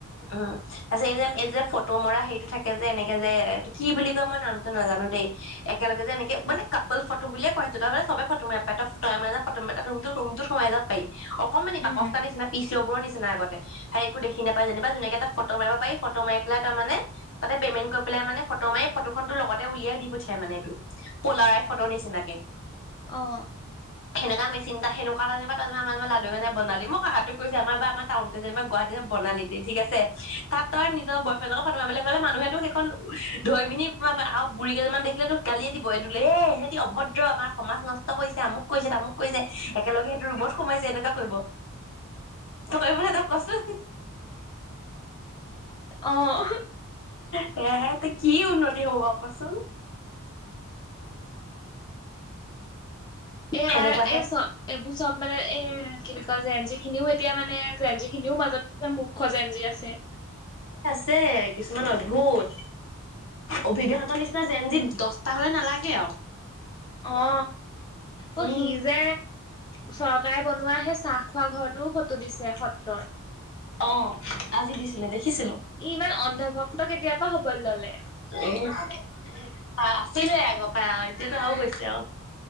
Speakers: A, on the left; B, on the left.
A: উম তাৰপিছত এই যে এই যে। ফটো মৰা হেটো থাকে যে এনেকে যে কি বুলি কয় মই নামটো নাজানো দেই। একেলগে যে এনেকে মানে কাপাল ফটো বুলিয়ে কয়টোো তাৰ মানে চবে ফটো মৰা। প ফুট মাই য মো সোমাই য পি অকমানি বাকচ
B: উম
A: নিচি পিয়চৌবোৰৰ নিচিনা আগতে। সেই একো দেখি নাপে। যেনা যেুনেকে তাত ফটো মাৰিব পাৰি। ফ মি পেলাই তাৰ মানে ততে পেমেণ্ট কৰি পাই মান ফটো মাৰি ফটোখনন টো লগতে উলিয়াই দি পঠিয়াই। মানে পলাাৰাই ফটো নিচিনা। এক।
B: অ'হ
A: সেনেকা মেচিন এটা সেনেকুৱা যেনিব আমাৰ তয় লাডু বনালি মই ক সাধু কৈছো। আমাৰ বা আম টাউনতে যেনেবা গুৱাহাটী। বণালী দি ঠিক আছে। তাত তই নিজৰ বয় ফ্ৰেণ্ডৰ ফটো মিবলৈ গ'লে মানুহেতোক সেইখন ধৈ মিনি বুঢী কেইজনমান দেখিলেত তোক কালিয়ে দিব। এই দোুলেই সহতি অভদ্ৰ আমাৰ সমাজ নষ্ট কৰিছে আমাক। কৈছে তামু কৈছে একেলগে সেইটো ৰুবত সোমাইছে এনেকুৱা। কৰিব। তই কৰিব ত কছোন।
B: অক্হ
A: সেয়হে ত কি উন্নতি হ'ব বাৰু কচোন
B: এ
A: সেনেকুৱাহে
B: এ চব এইবোৰ চব মানে এ কি বুলি কয় জেঞজি খিনিও এতিয়া মানে জেঞজি খিনিও মাজত। এই মূৰ্খ যে যৌন আছে?
A: ছে কিছুমান অদ্ভুত অভিজ্ঞান হতৰ নিচিনা যেনজি দশটা হলে নালাগে আৰু
B: অ অ
A: উম
B: সি যে চৰকাৰে বনোৱা সে চাহ খোৱা ঘৰটোও ফটো দিছে সত্ৰৰ
A: অ আজি দিছিলে দেখিছিলো
B: ই ইমান অন্ধভক্ত কেতিয়াৰ পৰা হ'বলৈ ললে।
A: উ আছিলে আগৰ পৰাই আৰু এতিয়াতো আৰু হৈছে আৰু